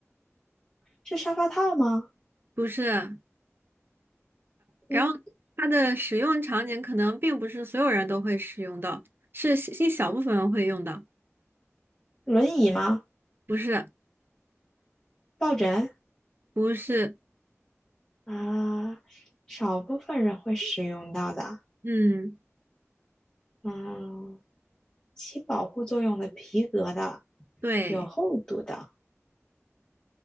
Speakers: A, on the left (about 20°); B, on the right (about 45°).
A: 是沙发套吗？
B: 不是。然后它的使用场景可能并不是所有人都会使用到，
A: 嗯，
B: 是一小部分人会用到。
A: 轮椅吗？
B: 不是，
A: 抱枕
B: 不是，
A: 啊，少部分人会使用到的。
B: 嗯。
A: 嗯，起保护作用的皮革的，
B: 对，
A: 有厚度的。